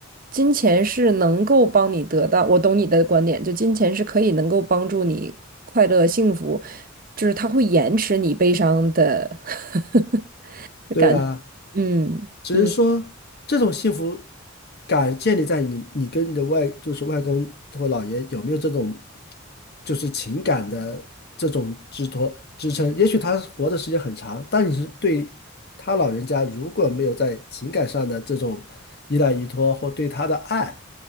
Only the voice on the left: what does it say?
对呀，
只是说这种幸福感建立在你你跟你的外就是外公或姥爷有没有这种就是情感的这种支托支撑。也许他活的时间很长，但你是对他老人家如果没有在情感上的这种依赖依托或对他的爱，